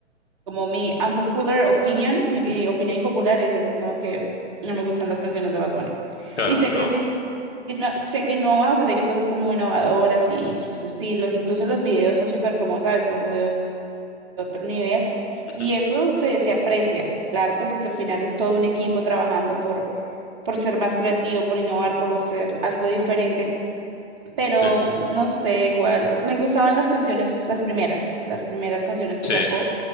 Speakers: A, on the right (about 40°); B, on the left (about 70°).
A: como mi unpopular opinion, mi, mi opinión impopular es eso, es como que no me gustan las canciones de Bad Bunny.
B: Claro,
A: Y sé
B: bro.
A: que sí, no- sé que innova, o sea, sé que cosas como innovadoras y, y sus estilos, incluso los videos son súper como, ¿sabes? Como de otro nivel.
B: Ujú,
A: Y eso se, se aprecia, el arte, porque al final es todo un equipo trabajando por, por ser más creativo, por innovar, por ser algo diferente. Pero
B: sí.
A: mm, no sé, igual, me gustaban las canciones, las primeras, las primeras canciones que
B: Sí.
A: sacó